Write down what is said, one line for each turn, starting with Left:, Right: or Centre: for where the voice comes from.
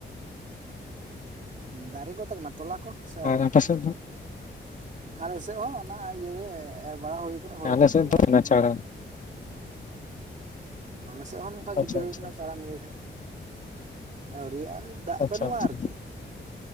Right: ᱫᱟᱨᱮ ᱜᱚᱫ ᱟᱠᱟᱱᱟ ᱛᱚᱞᱟ ᱠᱚ ᱥᱮ ᱟᱹᱨᱤᱭᱟᱜᱼᱟ
Left: ᱟᱨ ᱟᱯᱮ ᱥᱮᱫ ᱫᱚ?
Right: ᱟᱞᱮ ᱥᱮᱫ ᱦᱚᱸ ᱚᱱᱟ ᱤᱭᱟᱹᱮ ᱮᱨ ᱵᱟᱲᱟ ᱦᱩᱭᱟᱠᱟᱱᱟ ᱦᱩᱲᱩ
Left: ᱟᱞᱮ
Right: ᱠᱚ
Left: ᱥᱮᱫ
Right: ᱛᱚᱞᱟ
Left: ᱫᱚ
Right: ᱠᱚ᱾
Left: ᱱᱟᱪᱟᱲᱟ
Right: ᱟᱞᱮ ᱥᱮᱫ ᱦᱚᱸ ᱱᱚᱝᱠᱟ ᱜᱤᱰᱤ
Left: ᱟᱪᱪᱷᱟ
Right: ᱦᱩᱭ
Left: ᱟᱪᱪᱷᱟ
Right: ᱟᱠᱟᱱᱟ ᱪᱟᱨᱟ ᱱᱤᱭᱟᱹ ᱜᱷᱟᱹᱲᱤᱡ᱾ ᱟᱹᱣᱨᱤᱭᱟᱜ-ᱟ ᱫᱟᱜ
Left: ᱟᱪᱪᱷᱟ
Right: ᱵᱟᱹᱱᱩᱜᱼᱟ
Left: ᱟᱪᱪᱷᱟ
Right: ᱟᱨᱠᱤ᱾